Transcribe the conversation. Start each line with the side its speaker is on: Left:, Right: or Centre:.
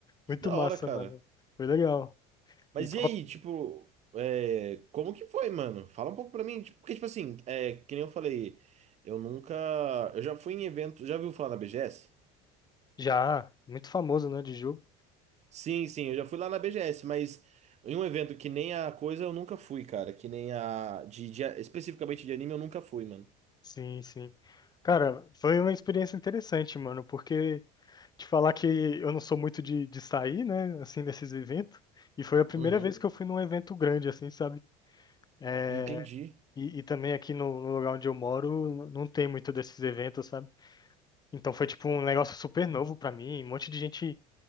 Right: que
Left: Muito
Right: da
Left: massa,
Right: hora, cara.
Left: mano. Foi legal.
Right: Mas
Left: E tava
Right: e aí, tipo, é, como que foi, mano? Fala um pouco pra mim. tipo, Porque, tipo assim, é, que nem eu falei, eu nunca. Eu já fui em evento. Já viu falar na BGS?
Left: já muito famoso, né, de jogo.
Right: Sim, sim, eu já fui lá na BGS, mas em um evento que nem a coisa eu nunca fui, cara. Que nem a. De, de- especificamente de anime eu nunca fui, mano.
Left: Sim, sim. Cara, foi uma experiência interessante, mano, porque te falar que eu não sou muito de, de sair, né, assim, nesses eventos, e foi a primeira
Right: Uhum.
Left: vez que eu fui num evento grande, assim, sabe? É,
Right: Entendi.
Left: e, e também aqui no, no lugar onde eu moro n- não tem muito desses eventos, sabe? Então foi tipo um negócio super novo pra mim, um monte de gente,